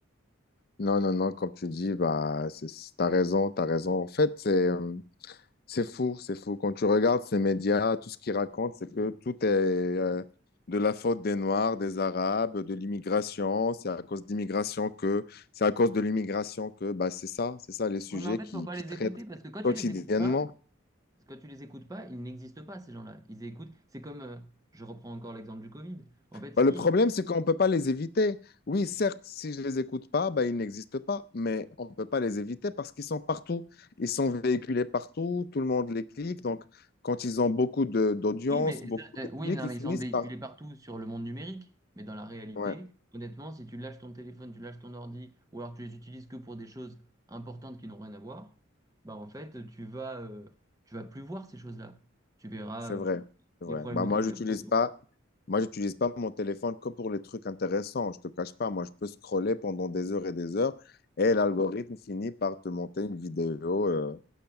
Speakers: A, on the left; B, on the right.
A: Non, non, non, comme tu dis, bah, c'est- c'est- t'as raison, t'as raison. En fait, c'est euh, c'est fou, c'est fou. Quand tu regardes ces médias, tout ce qu'ils racontent, c'est que tout est euh, de la faute des Noirs, des Arabes, de l'immigration. C'est à cause d'immigration que, c'est à cause de l'immigration que, bah, c'est ça, c'est ça les sujets
B: Oui, mais en fait,
A: qui,
B: faut pas
A: qui
B: les
A: traitent
B: écouter parce que quand tu
A: quotidiennement.
B: les écoutes pas, quand tu les écoutes pas, ils n'existent pas, ces gens-là. Ils écoutent. C'est comme, euh, je reprends encore l'exemple du Covid. En fait,
A: Bah,
B: si.
A: le problème, c'est qu'on ne peut pas les éviter. Oui, certes, si je ne les écoute pas, bah, ils n'existent pas, mais on ne peut pas les éviter parce qu'ils sont partout. Ils sont véhiculés partout, tout le monde les clique. Donc, quand ils ont beaucoup de- d'audience,
B: Oui, mais,
A: beaucoup
B: euh,
A: de
B: oui,
A: clics,
B: mais non,
A: ils
B: mais
A: finissent
B: ils sont véhiculés
A: par...
B: partout sur le monde numérique. Mais dans la réalité,
A: Ouais,
B: honnêtement, si tu lâches ton téléphone, tu lâches ton ordi, ou alors tu les utilises que pour des choses importantes qui n'ont rien à voir, bah en fait, tu vas, euh, tu vas plus voir ces choses-là. Tu verras,
A: c'est
B: euh,
A: vrai, c'est
B: les
A: vrai.
B: problèmes
A: Bah,
B: de
A: moi,
B: ton
A: j'utilise
B: quartier et tout.
A: pas, moi, j'utilise pas mon téléphone que pour les trucs intéressants. Je te cache pas, moi, je peux scroller pendant des heures et des heures et l'algorithme finit par te monter une vidéo. euh,